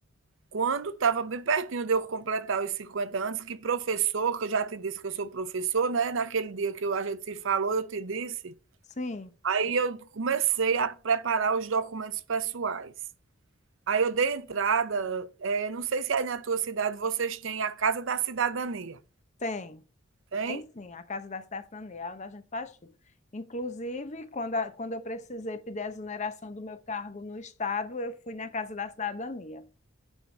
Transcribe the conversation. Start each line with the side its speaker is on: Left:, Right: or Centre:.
Right: quando estava bem pertinho de eu completar os 50 anos, que professor, que eu já te disse que eu sou professor, né? Naquele dia que eu, a gente se falou, eu te disse
Left: Sim,
Right: Aí eu comecei a preparar os documentos pessoais. Aí eu dei entrada, eh, não sei se aí na tua cidade vocês têm a Casa da Cidadania,
Left: tem.
Right: tem?
Left: Tem sim, a Casa da Cidade Cidadania, é onde a gente faz tudo. Inclusive, quando, a- quando eu precisei pedir a exoneração do meu cargo no Estado, eu fui na Casa da Cidadania.